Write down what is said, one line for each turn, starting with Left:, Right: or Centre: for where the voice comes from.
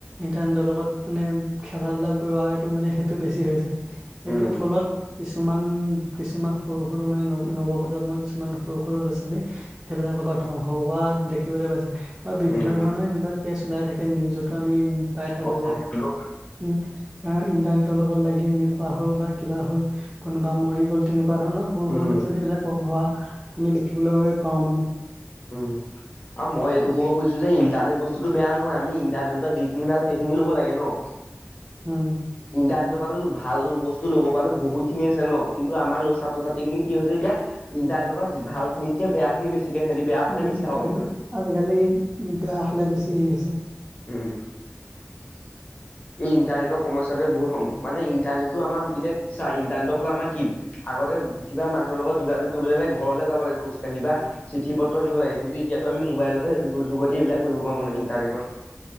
Right: ইণ্টাৰনেটৰ লগত মানে খেলা ধূলা কৰা এইটো মানে সেইটো বেছি হৈছে। সেইটোৰ
Left: উম
Right: ফলত কিছুমান কিছুমান সৰু সৰু মানে ন নৱপ্ৰজন্মৰ কিছুমান সৰু সৰু ল'ৰা ছোৱালী সেইবিলাকৰ পৰা ধ্বংস হোৱা দেখি দেখিবলৈ পাইছে বা বিভিন্ন
Left: উম
Right: ধৰণৰ এনেকুৱা কেছ ওলাই থাকে নিউজতো আমি পাই থাকোঁ
Left: অ
Right: যে
Left: সেইটোতো
Right: উ ইন্টাৰনেটৰ লগত লাগি এনেকুৱা হ'ল বা কিবা হ'ল কোনোবা মৰি গ'ল তেনেকুৱা ধৰণ <unintelligible> ৰ সৰু
Left: উম
Right: সৰু ল'ৰা ছোৱালী বিলাক হোৱা আমি দেখিবলৈ পাওঁ মানে,
Left: উম। আৰু মই এইটো কবখুজিছোঁ যে ইণ্টাৰনেট বস্তুতটো বেয়া নহয় আমি ইণ্টাৰনেটৰ পৰা যিখিনি ভাল সেইখিনি লব লাগে ন।
Right: হোম।
Left: ইণ্টাৰনেটৰ ভাল বস্তু ল'ব পৰাটো বহুত খিনি আছে ন, কিন্তু আমাৰ ছাত্ৰ ছাত্ৰী খিনি কি হৈছে এতিয়া ইণ্টাৰ নেটৰ পৰা ভালখিনিতকৈ বেয়াখিনি বেছি সিঁহতি বেয়া ফালে
Right: উম,
Left: বেছি ধাৱাৱিত।
Right: আজি আজিকালি বেয়া ফালে বেছি হেৰি হৈছে।
Left: উম এই ইন্টাৰনেটৰ সমস্যাটোৱে বহুত ম মানে ইণ্টাৰনেটটো আমাৰ এতিয়া চা ইণ্টাৰনেটৰ ফালে আমাৰ কি আগতে কিবা মানুহৰ লগত যোগাযোগ কৰিবলৈ হ'লে ঘৰলৈ যাব লাগে খোজকাঢ়িব বা চিঠি পত্ৰ দিব লাগে কিন্তু এতিয়াতো আমি মোবাইলতে যোগেদি এইবিলাক কৰিব পাৰো মানে ইণ্টাৰনেটৰ।